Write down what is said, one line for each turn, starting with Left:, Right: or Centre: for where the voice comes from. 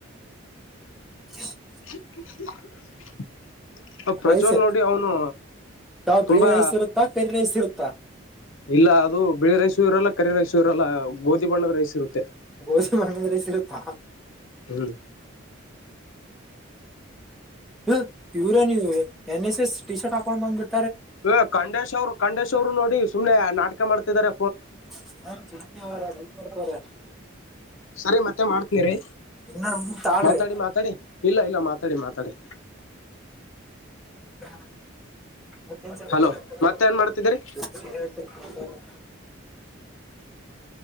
Centre: <inaudible>
Left: <inaudible> ಹ ಪ್ರಜ್ವಲ್
Centre: ರೈಸ್
Left: ನೋಡಿ ಅವನು
Centre: ಯಾವ ಬಿಳಿ
Left: ತುಂಬಾ.
Centre: ರೈಸ್ ಇರುತ್ತಾ ಕರಿ ರೈಸ್ ಇರುತ್ತಾ
Left: ಇಲ್ಲ ಅದು ಬಿಳಿ ರೈಸು ಇರಲ್ಲ ಕರಿ ರೈಸು ಇರಲ್ಲ ಗೋಧಿ ಬಣ್ಣದ ರೈಸ್ ಇರುತ್ತೆ.
Centre: ಗೋಜಿ ಮಣ್ಣಂದ್ ರೈಸಿರುತ್ತಾ.
Left: ಹ್ಮ್
Centre: ಹ ಇವರ ನೀ N S S T shirt ಹಾಕೊಂಡ್ ಬಂದ್ಬಿಟ್ಟು.
Left: ಹ ಖಂಡೇಶ್ ಅವ್ರು ಖಂಡೇಶ್ ಅವ್ರು ನೋಡಿ ಸುಮ್ನೆ ನಾಟಕ ಮಾಡ್ತಿದಿದ್ದಾರೆ.
Centre: <inaudible>
Left: ಸರಿ ಮತ್ತೆ ಮಾಡ್ತನಿರಿ.
Centre: ಇನ್ನ ತಾಳ್ರಿ
Left: ಮಾತಾಡಿ ಮಾತಾಡಿ ಇಲ್ಲ ಇಲ್ಲ ಮಾತಾಡಿ ಮಾತಾಡಿ.
Centre: <inaudible>
Left: ಹಲೋ
Centre: <inaudible>
Left: ಮತ್ತೆ ಏನ್ ಮಾಡ್ತಿದೀರಿ
Centre: <inaudible>